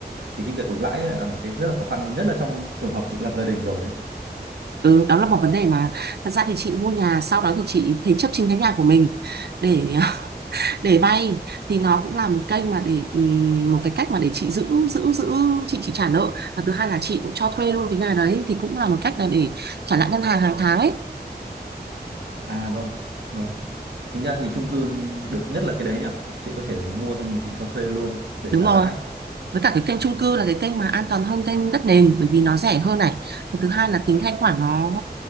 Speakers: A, on the right (about 85°); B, on the right (about 70°).
A: thì cái việc lãi ấy là một cái rất là khó khăn không? Nhất là trong trường hợp chị lập gia đình rồi ấy.
B: ừ đó là một vấn đề mà thật ra thì chị mua nhà sau đó thì chị thế chấp chính cái nhà của mình để <laughs> để vay thì nó cũng là một kênh mà để ừm, một cái cách mà để chị giữ giữ giữ chị chị trả nợ và thứ hai là chị cũng cho thuê luôn cái nhà đấy thì cũng là một cách là để trả lại ngân hàng hàng tháng ấy
A: À vâng, vâng. Chính ra thì chung cư được nhất là cái đấy nhỉ. Chị có thể mua xong rồi chị cho thuê luôn để
B: đúng
A: trả
B: rồi
A: lãi.
B: với cả cái kênh chung
A: Ừ.
B: cư là cái kênh mà an toàn hơn kênh đất nền bởi vì nó rẻ hơn này Và thứ hai là tính thanh khoản nó